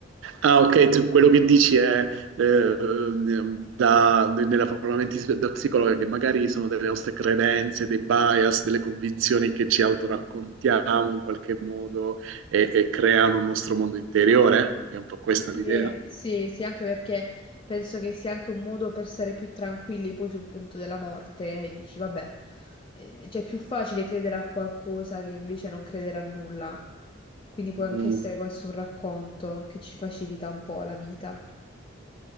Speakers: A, on the right; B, on the left.
A: Ah, ok, tu- quello che dici è eh, ehm, da- nella forma mentis- da psicologa che magari sono delle nostre credenze, dei bias, delle convinzioni che ci autoraccontiamo
B: Mm.
A: in qualche modo e, e creano un nostro mondo interiore? È un po' questa l'idea?
B: Sì, sì, sì, anche perché penso che sia anche un modo per stare più tranquilli poi sul punto della morte e dici, vabbè, eh, cioè è più facile credere a qualcosa che invece non credere a nulla. Quindi può
A: Mm.
B: anche essere questo un racconto che ci facilita un po' la vita.